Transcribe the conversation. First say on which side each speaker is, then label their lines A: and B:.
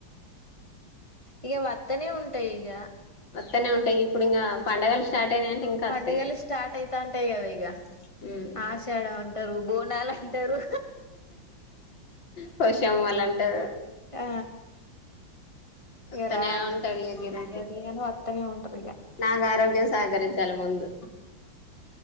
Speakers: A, on the left; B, on the left.
A: ఇగా వత్తనే ఉంటాయి ఇగా.
B: వస్తూనే ఉంటాయి ఇప్పుడు ఇంగా పండుగలు స్టార్ట్ అయినాయంటే ఇంకా
A: పండుగలు
B: వస్తాయి.
A: స్టార్ట్ అయితా ఉంటాయి కదా ఈగ.
B: ఉమ్
A: ఆషాడ అంటారు బోనాలు అంటారు.
B: పోషం అలాంటే
A: ఆ
B: వత్తనే
A: ఎ రాక్
B: ఉంటది ఇగ గిరాకి
A: అదిను అత్తని ఉంటాది ఈగ
B: నాకు ఆరోగ్యం సహకరించాలి ముందు